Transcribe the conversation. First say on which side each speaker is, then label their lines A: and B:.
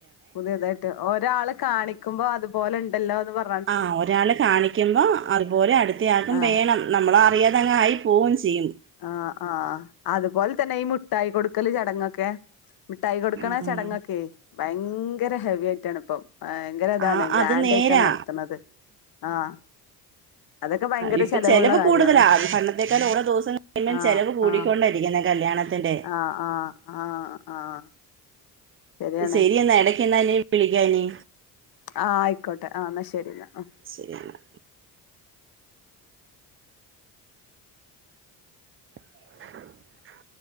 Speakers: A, on the left; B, on the right.
A: പുതിയതായിട്ട് ഒരാള് കാണിക്കുമ്പോ അതുപോലെ ഉണ്ടല്ലോ എന്ന് പറ-
B: ആ ഒരാള് കാണിക്കുമ്പോ അതുപോലെ അടുത്തിയാക്കും
A: ആഹ്
B: വേണം നമ്മളറിയാതങ്ങ് ആയി പോവുകയും ചെയ്യും
A: ആഹ് ആഹ് അതുപോലെ തന്നെ ഈ മുട്ടായി കൊടുക്കല് ചടങ്ങൊക്കെ- മിഠായി കൊടുക്കണ
B: ആഹ്
A: ചടങ്ങൊക്കെ ഭയങ്കര ഹെവി ആയിട്ടാണ് ഇപ്പൊ ഭയങ്കര ഇതാണ്
B: ആ
A: ഗ്രാൻഡായിട്ടാ
B: അത് നേരാ
A: നടത്തണത് ആഹ് അതൊക്കെ ഭയങ്കര
B: ഇപ്പ
A: ചെലവുള്ള
B: ചിലവ്
A: കാര്യാണ്
B: കൂടുതലാ പണ്ടത്തേക്കാൾ ഓരോ ദിവസം കഴിയുമ്പം
A: ആഹ്
B: ചെലവ് കൂടി
A: ആഹ്
B: കൊണ്ടാരിക്കുന്ന കല്യാണത്തിന്റെ-
A: ആഹ് ആഹ് ആഹ് ആഹ് ശരിയാണ്
B: ശരി എന്നാ ഇടക്ക് എന്ന വിളിക്കാനി
A: ആഹ് ആയിക്കോട്ടെ ആ എന്നാ ശരി എന്നാ
B: ശരിയാണ് <inaudible>